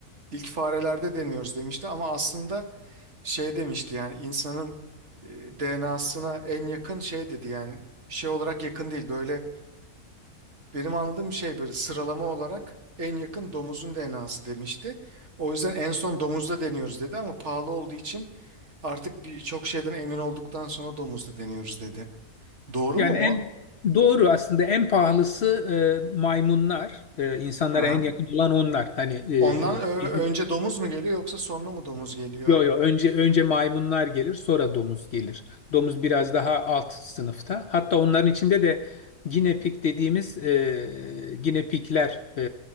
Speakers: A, on the right; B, on the left.
A: ilk farelerde deniyoruz demişti ama aslında şey demişti yani insanın DNA'sına en yakın şey dedi yani şey olarak yakın değil böyle benim anladığım şey böyle sıralama olarak en yakın domuzun DNA'sı demişti. O yüzden en son domuzda deniyoruz dedi ama pahalı olduğu için artık birçok şeyden emin olduktan sonra domuzda deniyoruz dedi. Doğru
B: Yani
A: mu o?
B: en doğru aslında en pahalısı e, maymunlar. E, insanlara
A: Hı hı.
B: en yakın olan onlar. Hani
A: Ondan ö-
B: e, bizim
A: önce domuz mu geliyor yoksa sonra mı domuz geliyor?
B: Yo yo önce önce maymunlar gelir sonra domuz gelir. Domuz biraz daha alt sınıfta. Hatta onların içinde de guinea pig dediğimiz e, guinea pigler e,